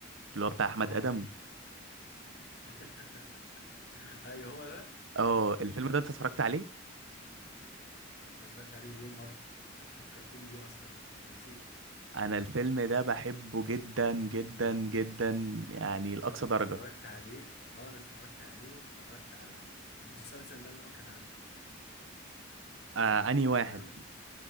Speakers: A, on the right; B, on the left.
A: اللي هو بتاع احمد
B: اه
A: ادم
B: <laughs> ايوه هو ده
A: اه الفيلم ده انت اتفرجت عليه
B: ده- انا اتفرجت عليه مليون مره انت فكرتني بيه اصلا انا كنت نسيته
A: انا الفيلم ده بحبه جدا جدا
B: اه
A: جدا يعني لأقصى
B: أنا
A: درجة
B: اتفرجت عليه اه انا اتفرجت عليه واتفرجت على المسلسل بقى اللي هو كان عامله
A: آه انهي واحد
B: كان عامل